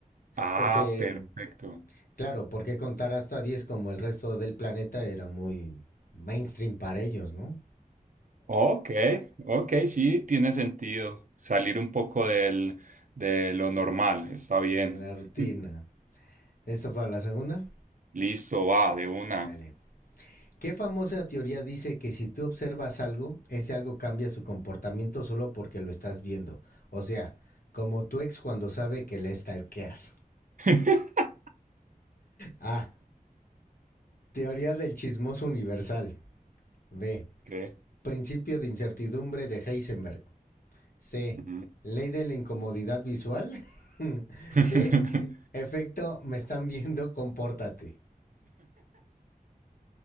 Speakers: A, on the right (about 60°); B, on the left (about 70°).
A: Ah,
B: Porque,
A: perfecto.
B: claro, porque contar hasta 10 como el resto del planeta era muy mainstream para ellos, ¿no?
A: Ok, ok, sí, tiene sentido. Salir un poco del, de lo normal, está bien.
B: De la rutina.
A: <laughs>
B: ¿Esto para la segunda?
A: Listo, va, de una.
B: Dale. ¿Qué famosa teoría dice que si tú observas algo, ese algo cambia su comportamiento solo porque lo estás viendo? O sea, como tu ex cuando sabe que le stalkeas.
A: <laughs>
B: A. Teoría del chismoso universal. B.
A: Ok.
B: Principio de incertidumbre de Heisenberg. C.
A: Ujú.
B: Ley de la incomodidad visual. <laughs>
A: <laughs>
B: D. Efecto, me están viendo, compórtate.